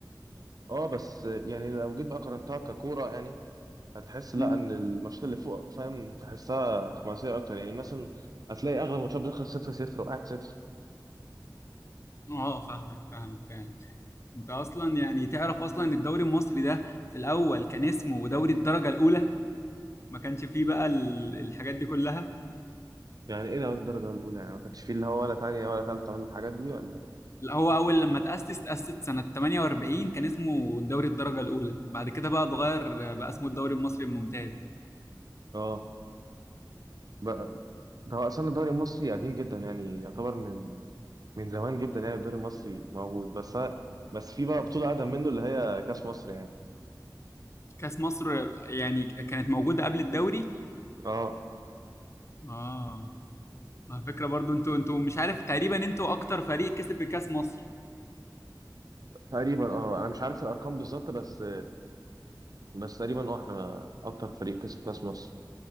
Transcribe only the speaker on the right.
اه بس يعني لو جيت بقى قارنتها ككوره يعني هتحس لا
ان الماتشات اللي فوق فاهم تحسها حماسيه اكتر يعني مثلا هتلاقي اغلب الماتشات بتخلص صفر صفر وقاعد صفر
يعني ايه ده الدرجه الاولى يعني ما كانش فيه اللي هو ولا تانية ولا تالتة ولا الحاجات دي ولا
اه بقى ده هو اصلا الدوري المصري قديم جدا يعني يعتبر من من زمان جدا يعني الدوري المصري موجود بس بس في بقى بطوله اقدم منه اللي هي كاس مصر يعني
اه
تقريبا اه انا مش عارف الارقام بالظبط بس بس تقريبا اه احنا اكتر فريق كسب كاس مصر